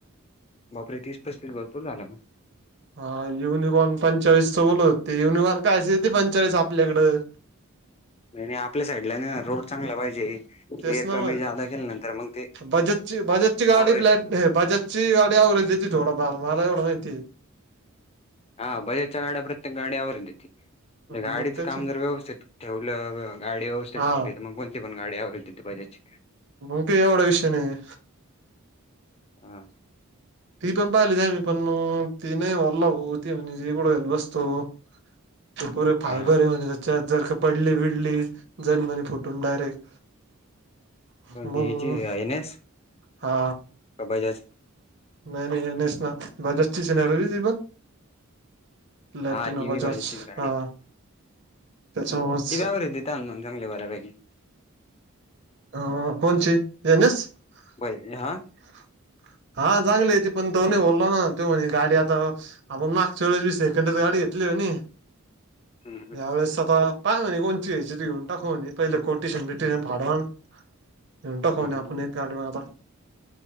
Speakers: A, on the left (about 30°); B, on the right (about 55°).
A: बापर तीसपस भरपूर झाला
B: हा युनिकॉन पंचाळीसचं बोलत होते. ते युनिकॉन कायच देते पंचेचाळीस आपल्याकडं.
A: नाही आपल्या साईडला ना रोड चांगला पाहिजे.
B: तेच
A: एअर कमी
B: ना मग.
A: जादा केल्यानंतर मग ते
B: बजाज ची बजाजची गाडी
A: आवरेज
B: नाही बजाज ची गाडी अवरेज देते थोडाफार मला एवढं माहिती आहे.
A: हा बजाजच्या गाड्या प्रत्येक गाडी अवरेज देती. गाडीचं
B: मग त्याच
A: काम जर व्यवस्थित ठेवलं, गाडी व्यवस्थित
B: हा
A: ठेवली तर मग कोणती पण अवरेज देती बजाज ची.
B: मग का एवढा विषय नाही.
A: हा.
B: ती पण पाहिली होती आम्ही पण ती नाही म्हणलं ती <unintelligible> ते पुरे फायबर
A: हा
B: म्हणे त्याच्यात जर का पडली बिडली जण म्हणे फुटून डायरेक्ट. हम्म
A: कोणती याची एन एस
B: हा.
A: बजाज.
B: नाही नाही नस ना बजाज ची आहे ना रे ती पण. प्लॅटिना
A: हा ती बी
B: बजाज
A: बजाजचीच गाडी
B: हा.
A: आहे.
B: त्याच्यावरच.
A: ती बी आवरेज देता ना मग चांगली बऱ्यापैकी
B: अ कोणची <unintelligible>
A: पाहिजे हा
B: हा चांगलीय ते. पण तो नई बोलल ना तो म्हणे गाडी आता आपण मागच्या वेळेस बी सेकंडच गाडी घेतली म्हणी.
A: हम्म
B: या वेळेस आता पाय म्हणे कोणती घ्यायची घेऊन टाका म्हणे पहिले कोट्यशन बिट्यशन फाडून घेऊन टाकू
A: हम्म
B: म्हणे आपण एक गाडी मग आता.